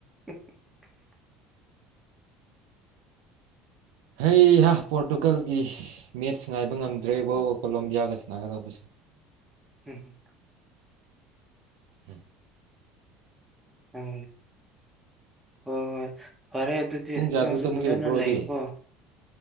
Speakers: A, in the centre; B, on the right (about 80°).
A: ꯑꯦ <unintelligible>
B: ꯍꯩꯍ ꯄꯣꯔꯇꯨꯒꯜꯒꯤ ꯃꯦꯠꯁ ꯉꯥꯏꯕ ꯉꯝꯗ꯭ꯔꯦꯕꯣ ꯀꯣꯂꯣꯝꯕꯤꯌꯥꯒ ꯁꯥꯟꯅꯒꯗꯧꯕꯁꯦ
A: ꯎꯝ ꯎꯝ
B: ꯎꯝ
A: ꯑꯝ ꯍꯣꯏ ꯍꯣꯏ ꯐꯔꯦ ꯑꯗꯨꯗꯤ
B: ꯄꯨꯡ ꯀꯌꯥꯗ
A: ꯅꯪꯁꯨ
B: ꯇꯨꯝꯒꯦ
A: ꯐꯖꯅ
B: ꯕ꯭ꯔꯣꯗꯤ
A: ꯂꯩꯌꯨꯀꯣ